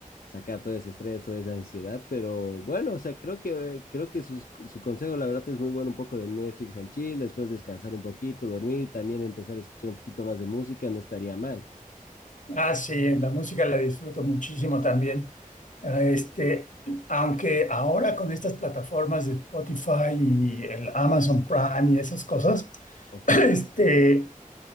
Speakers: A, on the left; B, on the left.
A: sacar todo ese estrés, toda esa ansiedad, pero bueno, o sea, creo que, creo que sus, su consejo, la verdad, es muy bueno, un poco de Netflix and chill, después descansar un poquito, dormir, también empezar a escuchar un poquito más de música, no estaría mal,
B: Ah, sí, la música la disfruto muchísimo también. Eh, Este, aunque ahora con estas plataformas de Spotify y el Amazon Prime y esas cosas, <clears throat>
A: ¿ok?
B: este,